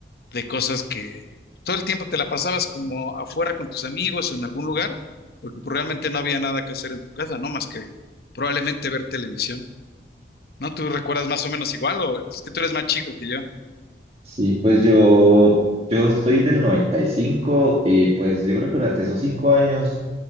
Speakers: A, on the left; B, on the right.
A: de cosas que todo el tiempo te la pasabas como afuera con tus amigos o en algún lugar, porque pues realmente no había nada que hacer en tu casa, ¿no? Más que probablemente ver televisión, ¿no? ¿Tú recuerdas más o menos igual o es que tú eres más chico que yo?
B: Sí, pues yo, yo soy del 95 y cinco y pues yo creo que durante esos cinco años